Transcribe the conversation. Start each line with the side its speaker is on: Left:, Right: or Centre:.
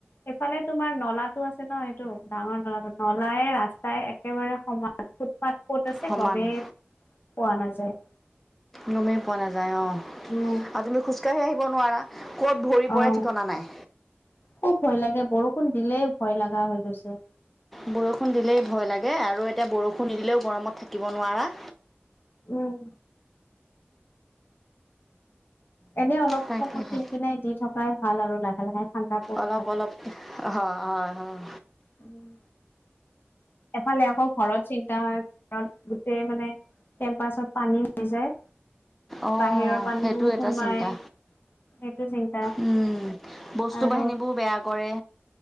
Left: এইফালে তোমাৰ নলাটো আছে ন এইটো ডাঙৰ নলাটো নলাই ৰাস্তাই একেবাৰে সমান বাত কত আছে
Centre: সমান
Left: গমেই পোৱা নাযায়
Centre: গমেই পোৱা নাযায় অ
Left: উম
Centre: আৰু তুমি খোজকাঢ়ি আহিব নোৱাৰা কত ভৰি
Left: অ
Centre: পৰে ঠিকনা নাই
Left: খুব ভয় লাগে বৰষুণ দিলেই ভয় লাগা হৈ গৈছে
Centre: বৰষুণ দিলেই ভয় লাগে আৰু এতিয়া বৰষুণ নিদিলেও গৰমত থাকিব নোৱাৰা
Left: উম এনেই অলপ
Centre: তাকেহে
Left: সময় কিন কিনাই দি থকাই ভাল আৰু লাহে লাহে ঠাণ্ডা পৰি
Centre: অলপ
Left: থাকক।
Centre: অলপ হয় হয় হয়
Left: উম। এফালে আকৌ ঘৰত চিন্তা হয় ঘৰত গোটেই মানে কেম্পাছত পানী হৈ যায়।
Centre: অ
Left: বাহিৰৰ পানীবোৰ
Centre: সেইটো
Left: সোমাই
Centre: এটা চিন্তা।
Left: সেইটো চিন্তা
Centre: উম বস্তু
Left: আৰু
Centre: বাহিনী বোৰ বেয়া কৰে।